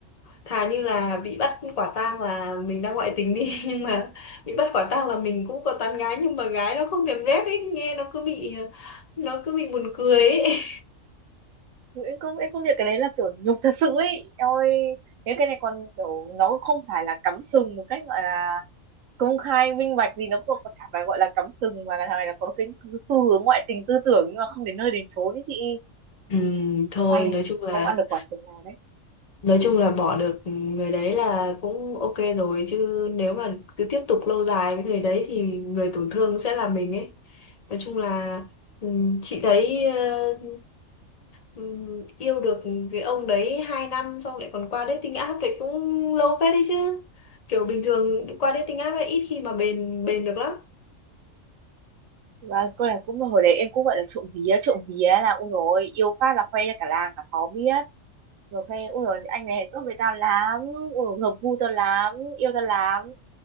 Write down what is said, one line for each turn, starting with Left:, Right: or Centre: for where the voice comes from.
Left: thà như là bị bắt quả tang là mình đang ngoại tình đi <laughs> nhưng mà bị bắt quả tang là mình cũng có tán gái nhưng mà gái nó không thèm rep ấy nghe nó cứ bị nó cứ bị buồn cười ấy
Right: Ừ, em không em không nhận cái đấy là kiểu nhục thật sự ấy em ơi thế cái này còn kiểu nó không phải là cắm sừng một cách gọi là công khai minh bạch gì nó cũng có chả phải gọi là cắm sừng mà là thằng này là có cái xu hướng ngoại tình tư tưởng nhưng mà không đến nơi đến chốn đấy chị
Left: <laughs> ừ, thôi
Right: may
Left: nói chung là
Right: không ăn được quả sừng nào đấy
Left: Nói chung là bỏ được người đấy là cũng ok rồi chứ nếu mà cứ tiếp tục lâu dài với người đấy thì người tổn thương sẽ là mình ấy. Nói chung là ừm, chị thấy ờ, ừm, yêu được cái ông đấy 2 năm xong lại còn qua dating app thì cũng lâu phết đấy chứ. Kiểu bình thường qua dating app ấy ít khi mà bền bền được lắm.
Right: và cô này cũng hồi đấy em cũng gọi là trộm vía trộm vía là ui rồi yêu phát là khoe cho cả làng cả xóm biết rồi khoe ui rồi anh này tốt với tao lắm ui hợp gu tao lắm yêu tao lắm